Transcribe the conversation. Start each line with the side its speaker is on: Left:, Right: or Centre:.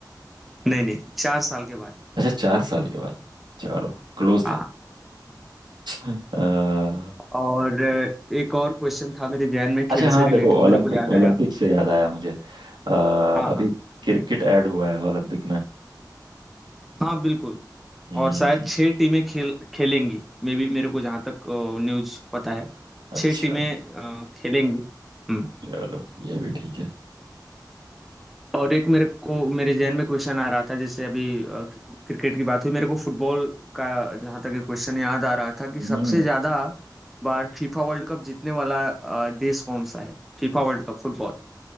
Centre: नहीं नहीं चार साल के बाद
Right: अच्छा चार साल के बाद चलो क्लोज
Centre: हाँ
Right: था <laughs> अ,
Centre: और अ, एक और क्वेश्चन था मेरे जहन में
Right: अच्छा
Centre: खेल
Right: हाँ
Centre: से रिलेटेड
Right: देखो ओलंपिक
Centre: मेरे को याद
Right: ओलंपिक
Centre: आया
Right: से याद आया मुझे अ,
Centre: हाँ
Right: अभी
Centre: हाँ
Right: क्रिकेट ऐड हुआ है ओलंपिक में
Centre: हाँ बिल्कुल
Right: हम्म
Centre: और शायद छह टीमें खेल खेलेंगी मे बी मेरे को जहाँ तक न्यूज पता है
Right: अच्छा
Centre: छह टीमें अ, खेलेंगी हम्म
Right: चलो ये भी ठीक है
Centre: और एक मेरे को मेरे जहन में क्वेश्चन आ रहा था जैसे अभी अ, क्रिकेट की बात हुई मेरे को फुटबॉल का जहां तक क्वेश्चन याद आ रहा था कि
Right: हम्म
Centre: सबसे ज्यादा बार फीफा वर्ल्ड कप जीतने वाला अ, देश कौन सा है फीफा वर्ल्ड कप फुटबॉल